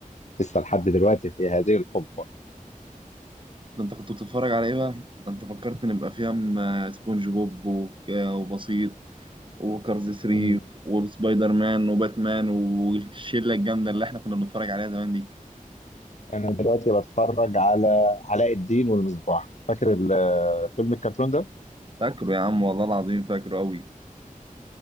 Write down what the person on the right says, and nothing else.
ده انت كنت بتتفرج على ايه بقى ده انت فكرت نبقى في ام سبونج بوب وك- وبسيط وكارز 3
وسبايدر مان وباتمان والشله الجامده اللي احنا كنا بنتفرج عليها زمان دي
فاكره يا عم والله العظيم فاكره قوي